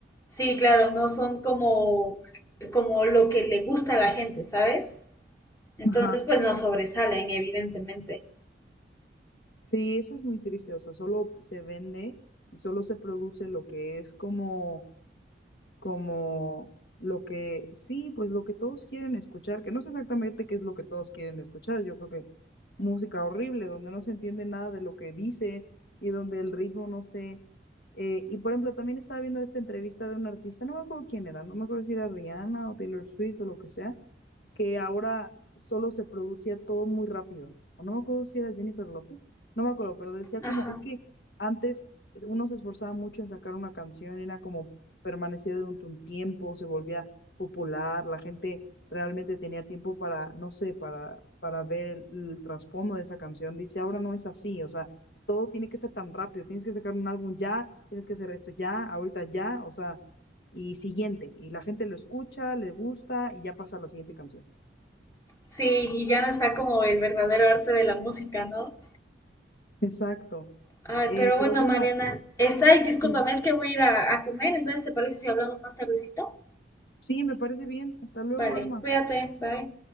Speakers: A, on the left; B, on the left.
A: Sí, claro, no son como como lo que le gusta a la gente, ¿sabes? Entonces
B: Ajá.
A: pues no sobresalen evidentemente.
B: Sí, eso es muy triste, o sea, solo se vende y solo se produce lo que es como como lo que, sí, pues lo que todos quieren escuchar, que no sé exactamente qué es lo que todos quieren escuchar, yo creo que música horrible, donde no se entiende nada de lo que dice y donde el ritmo no sé. eh, y por ejemplo, también estaba viendo esta entrevista de un artista, no me acuerdo quién era, no me acuerdo si era Rihanna o Taylor Swift o lo que sea, que ahora solo se producía todo muy rápido. O no me acuerdo si era Jennifer López, no me acuerdo, pero decía
A: Ajá.
B: como, es que antes uno se esforzaba mucho en sacar una canción, era como permanecía durante un tiempo, se volvía popular, la gente realmente tenía tiempo para, no sé, para, para ver el, el trasfondo de esa canción. Dice, ahora no es así, o sea, todo tiene que ser tan rápido, tienes que sacar un álbum ya, tienes que hacer esto ya, ahorita ya, o sea, y siguiente, y la gente lo escucha, le gusta y ya pasa a la siguiente canción.
A: Sí, y ya no está como el verdadero arte de la música, ¿no?
B: Exacto.
A: Ay,
B: Eh,
A: pero
B: pero
A: bueno,
B: bueno,
A: Mariana, está y discúlpame,
B: sí,
A: es que voy a ir a, a comer, entonces ¿te parece si hablamos más tardecito?
B: sí, me parece bien. Hasta luego,
A: Vale,
B: Alma.
A: cuídate, bye.